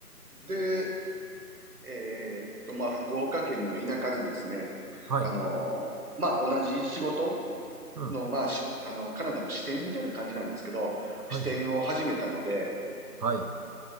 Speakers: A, on the right (about 65°); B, on the right (about 85°).
A: で、えーっと、まあ、福岡県の田舎でですね、
B: はい。
A: あのーまあ、同じ仕事
B: うん。
A: の、まあ、しあの、カナダの支店みたいな感じなんですけど、支店を始めたので、
B: はい。はい。はい。